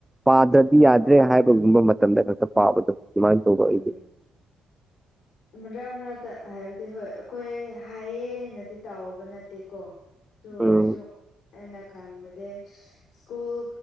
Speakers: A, in the centre; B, on the left.
A: ꯄꯥꯗ꯭ꯔꯗꯤ ꯌꯥꯗ꯭ꯔꯦ ꯍꯥꯏꯕꯒꯨꯝꯕ ꯃꯇꯝꯗ ꯈꯛꯇ ꯄꯥꯕꯗꯣ ꯑꯗꯨꯃꯥꯏꯅ ꯇꯧꯕ
B: ꯎꯝ
A: ꯑꯩꯗꯤ
B: ꯃꯔꯛ ꯃꯔꯛꯇ ꯍꯥꯏꯕꯗꯤ ꯍꯣꯏ ꯑꯩꯈꯣꯏ ꯍꯥꯏꯌꯦꯅꯗꯤ ꯇꯥꯎꯕ ꯅꯠ ꯅꯠꯇꯦꯀꯣ ꯑꯗꯨ ꯑꯣꯏꯔꯁꯨ
A: ꯎꯝ
B: ꯑꯩꯅ ꯈꯟꯕꯗꯤ ꯏꯁ꯭ꯀꯨꯜ